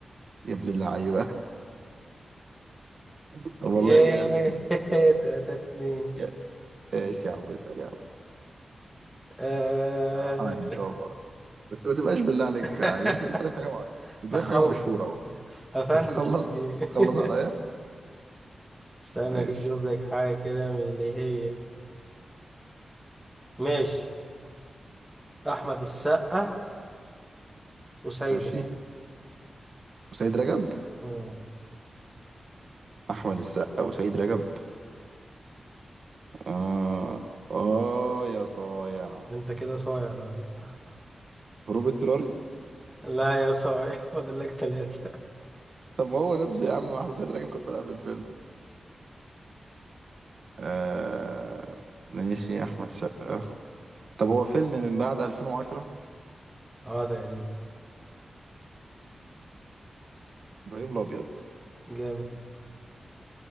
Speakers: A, on the right; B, in the centre.
A: يا ابن اللعيبه <laughs> طب والله
B: ايه
A: جامد
B: <laughs> تلاتة اتنين
A: يا- ماشي يا عم اسال يا عم
B: آه.
A: على حاجه ان شاء الله بس ما تبقاش بالله عليك
B: <laughs>
A: يعني شوف جبت لك حاجه مع... يبقى
B: هخلص
A: لك حاجه مشهوره اهو <laughs>
B: هفنش
A: هتخلص
B: الجيم.
A: هتخلص
B: <laughs>
A: عليا
B: استنى
A: ماشي
B: كده اجيب لك حاجة كده من اللي هي ماشي احمد السقا وسيدة
A: ماشي وسيد رجب
B: مم.
A: احمد السقا وسيد رجب اه اه يا صايع
B: ده انت كده صايع لو جبتها
A: هروب اضطراري
B: لا يا صايع <laughs> فاضل لك ثلاثة
A: طب ما هو نفسي يا عم ما حسيت راجل كان طالع في الفيلم آه... ماشي احمد سقا طب هو فيلم من بعد 2010
B: اه تقريبا
A: ابراهيم الابيض
B: جامد